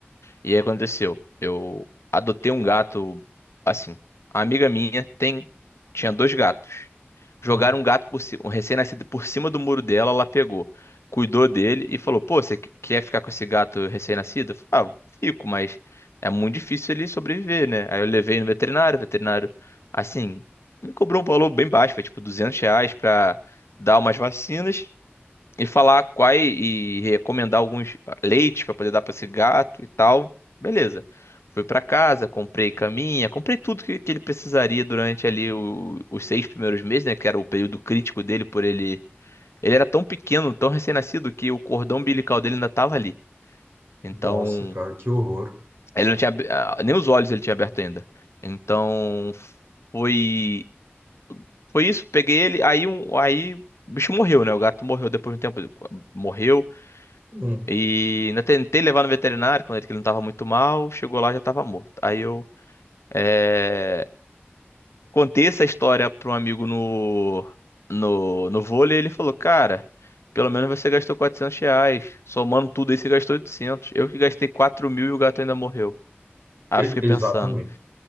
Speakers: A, on the left; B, on the right.
A: E aí aconteceu. Eu adotei um gato. Assim, a amiga minha tem. Tinha dois gatos. Jogaram
B: Hum,
A: um gato por ci- um recém-nascido por cima do muro dela, ela pegou, cuidou dele e falou: Pô, você que- quer ficar com esse gato recém-nascido? Eu falei, Ah, fico, mas é muito difícil ele sobreviver, né? Aí eu levei no veterinário, o veterinário, assim, me cobrou um valor bem baixo, foi tipo duzentos reais pra dar umas vacinas e falar quais e recomendar alguns ah, leites para poder dar para esse gato e tal. Beleza. Fui para casa, comprei caminha, comprei tudo que, que ele precisaria durante ali o- os seis primeiros meses, né? Que era o período crítico dele por ele. Ele era tão pequeno, tão recém-nascido, que o cordão umbilical dele ainda tava ali. Então,
B: nossa, cara, que horror.
A: ele não tinha. ab- ah, Nem os olhos ele tinha aberto ainda. Então, foi. Foi isso, peguei ele. Aí, um, aí o bicho morreu, né? O gato morreu depois de um tempo. Morreu
B: Hum,
A: E ainda tentei levar no veterinário quando ele que ele não estava muito mal, chegou lá já estava morto. Aí eu é, contei essa história para um amigo no, no, no vôlei, e ele falou: Cara, pelo menos você gastou 400 reais, somando tudo aí você gastou 800. Eu que gastei 4 mil e o gato ainda morreu. Aí
B: e-
A: eu fiquei
B: exatamente.
A: pensando,